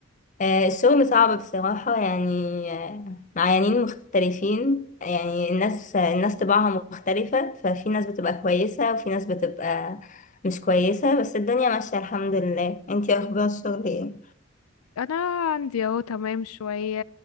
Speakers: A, on the left; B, on the left.
A: آه، الشغل صعب بصراحة يعني آه، معينين مختلفين يعني الناس الناس طباعها مختلفة ففي ناس بتبقى كويسة وفي ناس بتبقى مش كويسة بس الدنيا ماشية الحمد لله انتي اخبار الشغل ايه؟
B: انا عندي اهو تمام شويه